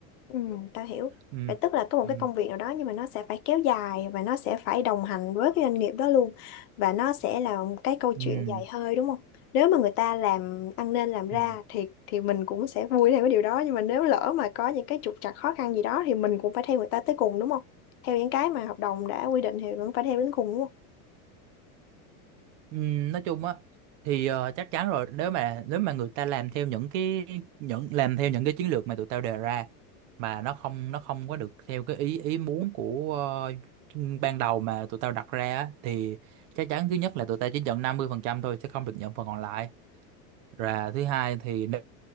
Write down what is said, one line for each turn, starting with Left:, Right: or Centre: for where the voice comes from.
Left: Ừ, tao hiểu.
Right: ừ.
Left: Vậy tức là có một
Right: Ừ.
Left: cái công việc nào đó nhưng mà nó sẽ phải kéo dài và nó sẽ phải đồng hành với cái doanh nghiệp đó luôn và nó sẽ là một cái câu
Right: Ừ.
Left: chuyện dài hơi đúng không? Nếu mà người ta làm ăn nên làm ra
Right: Ừ.
Left: thì thì mình cũng sẽ vui theo cái điều đó nhưng mà nếu lỡ mà có những cái trục trặc khó khăn gì đó thì mình cũng phải theo người ta tới cùng đúng không? Theo những cái mà hợp đồng đã quy định thì cũng phải theo đến cùng đúng không?
Right: Ừ. nói chung á thì ờ, chắc chắn rồi nếu mà nếu mà người ta làm theo những cái những làm theo những cái chiến lược mà tụi tao đề ra mà nó không nó không có được theo cái ý ý muốn của ờ, ban đầu mà tụi tao đặt ra á, thì chắc chắn thứ nhất là tụi tao chỉ nhận 50% thôi sẽ không được nhận phần còn lại và thứ hai thì nếu